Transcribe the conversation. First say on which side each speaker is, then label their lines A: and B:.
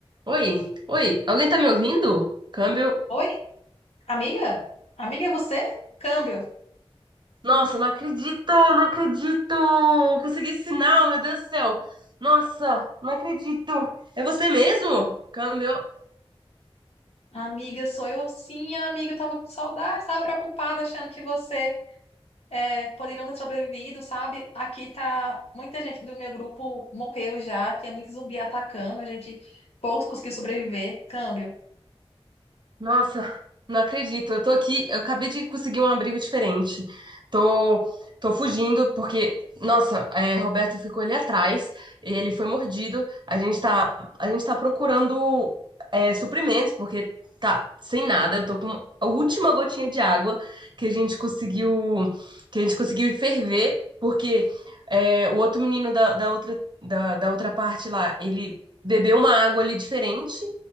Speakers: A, on the right; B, on the left.
A: Oi, oi, alguém tá me ouvindo? Câmbio.
B: Oi, amiga? Amiga, é você? Câmbio.
A: Nossa, não acredito, não acredito! Consegui sinal, meu Deus do céu! Nossa, não acredito! É você mesmo? Câmbio.
B: Amiga, sou eu sim, amiga. Eu tava com saudade, tava preocupada, achando que você é, poderia não ter sobrevivido, sabe? Aqui tá. Muita gente do meu grupo morreu já, tinha muito zumbi atacando, a gente poucos conseguiu sobreviver. Câmbio.
A: Nossa, não acredito. Eu tô aqui, eu acabei de conseguir um abrigo diferente. Tô, tô fugindo porque, nossa, é, Roberto ficou ali atrás, ele foi mordido. A gente tá, a gente tá procurando é, suprimentos porque tá sem nada. Eu tô com a última gotinha de água que a gente conseguiu, que a gente conseguiu ferver porque é, o outro menino da, da outra da, da outra parte lá, ele bebeu uma água ali diferente.